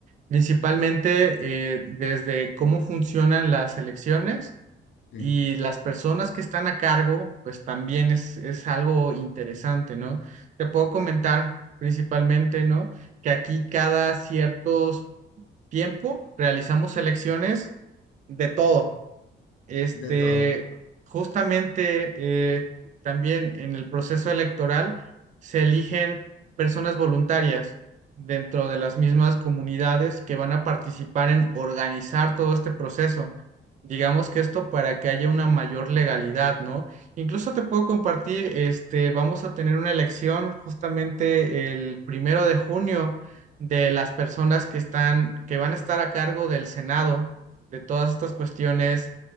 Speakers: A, on the right (about 40°); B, on the left (about 70°).
A: principalmente eh, desde cómo funcionan las elecciones.
B: Sí,
A: Y las personas que están a cargo, pues también es, es algo interesante, ¿no? Te puedo comentar principalmente, ¿no? Que aquí cada ciertos tiempo realizamos selecciones de todo. Este,
B: de todo.
A: justamente eh, también en el proceso electoral se eligen personas voluntarias dentro de las mismas comunidades que van a participar en organizar todo este proceso. Digamos que esto para que haya una mayor legalidad, ¿no? Incluso te puedo compartir, este, vamos a tener una elección justamente el primero de junio de las personas que están, que van a estar a cargo del Senado, de todas estas cuestiones